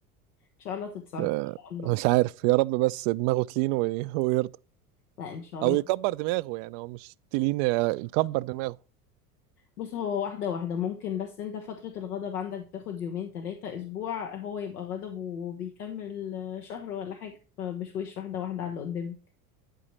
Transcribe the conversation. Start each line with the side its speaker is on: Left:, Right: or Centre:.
Left: ان شاء الله تتصالحوا
Right: آه،
Left: ان شاء الله
Right: مش عارف يا رب بس دماغه تلين وي- ويرضى
Left: لا ان شاء الله
Right: او يكبر دماغه يعني هو مش تلين آه، يكبر دماغه
Left: بص هو واحده واحده ممكن بس انت فتره الغضب عندك تاخد يومين ثلاثه اسبوع هو يبقى غضب وبيكمل شهر ولا حاجه فبشويش واحده واحده على اللي قدامك